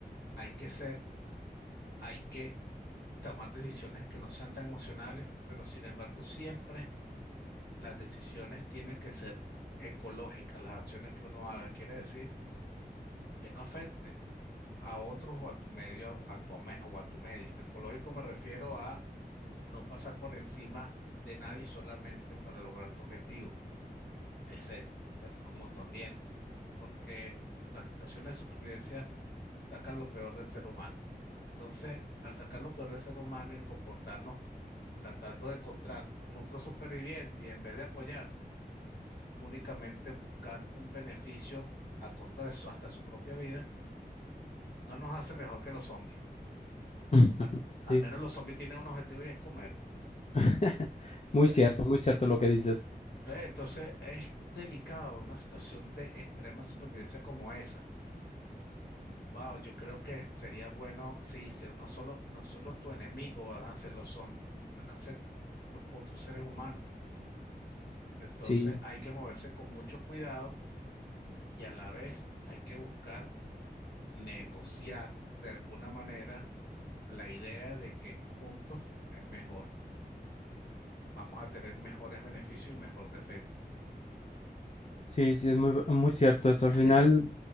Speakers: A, on the left; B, on the left.
A: hay que ser, hay que tomar decisiones que no sean tan emocionales, pero sin embargo siempre las decisiones tienen que ser ecológicas, las acciones que uno haga. Quiere decir que no afectes a otros o a tu medio a tu, ame- o a tu medio. Ecológico me refiero a no pasar por encima de nadie solamente para lograr tu objetivo. Ese es pues, como tu ambiente, porque las situaciones de supervivencia sacan lo peor del ser humano. Entonces, al sacar lo peor del ser humano y comportarnos tratando de encontrar un otro superviviente y en vez de apoyarse, únicamente buscar un beneficio a costa de su, hasta su propia vida, no nos hace mejor que los zombies.
B: <laughs>
A: Al, al
B: Sí.
A: menos los zombies tienen un objetivo y es comerte.
B: <laughs> Muy
A: ¿ves?
B: cierto, muy cierto lo que dices.
A: ¿Ves? Entonces es delicado una situación de extrema supervivencia como esa. Wow, yo creo que sería bueno, sí, sí. no solo, no solo tu enemigo van a ser los zombies, van a ser los otros seres humanos. Entonces
B: Sí,
A: hay que moverse con mucho cuidado y a la vez hay que buscar negociar de alguna manera la idea de que juntos es mejor, vamos a tener mejores beneficios y mejor defensa.
B: sí, sí, es muy, muy cierto eso. Al
A: Es
B: final,
A: delicado,